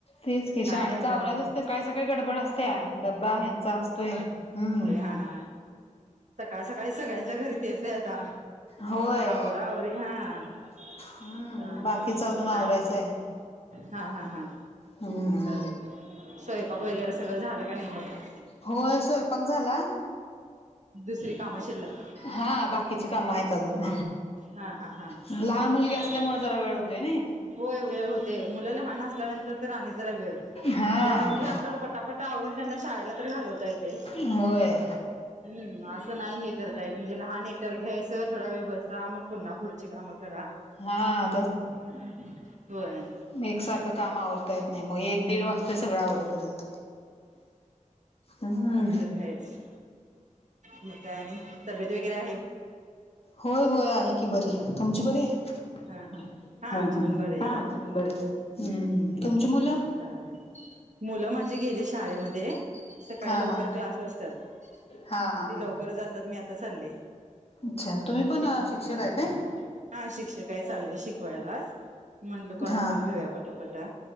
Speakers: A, on the left; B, on the right.
A: तेच की शाळेचा
B: काय म्हणताय
A: आवराच
B: मग
A: असते काळी सकाळी गडबड असते. डब्बा ह्यांचा असतोय हम्म
B: हा हा सकाळ सकाळी सगळ्यांच्या घरी तेच आता
A: होय
B: आवरावर आवरी होय हो
A: हम्म
B: हा
A: बाकीच अजून आवरायचं
B: काय
A: आहे
B: हा हा हा
A: हम्म
B: चालेल स्वयंपाक वगैरे सगळं झालं का नाही
A: होय स्वयंपाक झाला.
B: दुसरी काम शिल्लक आहे.
A: हा बाकीची कामं आहेत अजून
B: हा हा हा
A: लहान मुलगी
B: चालेल
A: असल्यामुळे जरा वेळ होते ना
B: होय वेळ होते मुलाला लहान असल्यानंतर तर आणि जरा वेळ
A: हा
B: जर मोठी असल्यावर पटापटा आवरून त्यांना शाळेला तर घालवता येते.
A: होय
B: हम्म असं नाही हे करत म्हणजे लहान येेतल घ्यायचं थोडा वेळ बसता मग पुन्हा पुढची कामं करा.
A: हा
B: होय होय
A: मग एकसारखं काम आवरता येत नाही मग एक दीड वाजता ते सगळं आवरेपर्यंत हा
B: काहीच मका आणि तब्येत वगैेरे
A: होय होय आहे की बरी तुमची बरी आहे
B: हा हा
A: हा
B: आमची
A: हा
B: पण बरे आहे
A: हा
B: घ्या
A: आमची पण बरी
B: हम्म
A: हाय. हम् तुमची मुलं?
B: चालेल. मुलं माझी गेली शाळेमध्ये सकाळी
A: हा
B: लवकर
A: हा
B: क्लास असतात
A: हा हा
B: ती
A: हा
B: लवकर जातात मी आता चालले
A: अच्छा तुम्ही पण
B: तेच म्हटलं
A: शिक्षक आहे काय?
B: हा शिक्षक आहे चाललेय शिकवायलाच म्हंटलं कॉल
A: हा
B: करून घेऊया पटापटा